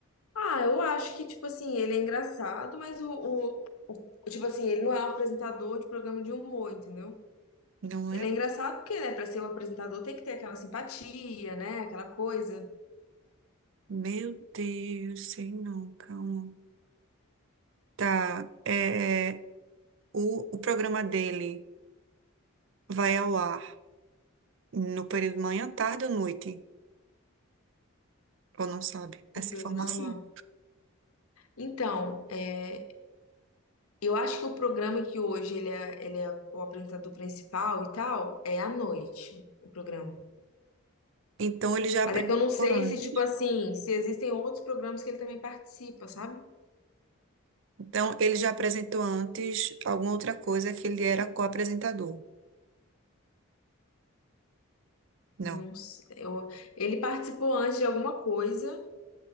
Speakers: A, on the left (about 85°); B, on the right (about 60°).
A: Ah, eu acho que, tipo assim, ele é engraçado, mas o, o, o- tipo assim, ele não é um apresentador de programa de humor, entendeu?
B: Não
A: Ele
B: é?
A: é engraçado porque, né, pra ser um apresentador tem que ter aquela simpatia, né, aquela coisa.
B: Meu Deus, sei não, calma. Tá, é, é, o, o programa dele vai ao ar no período manhã, tarde ou noite? Ou não sabe essa
A: O programa.
B: informação?
A: Então, é, eu acho que o programa que hoje ele é, ele é o apresentador principal e tal, é à noite, o programa.
B: Então ele já apresentou
A: Mas é que eu não sei
B: antes.
A: se, tipo assim, se existem outros programas que ele também participa, sabe?
B: Então ele já apresentou antes alguma outra coisa que ele era co-apresentador. Não,
A: Não sei, eu- ele participou antes de alguma coisa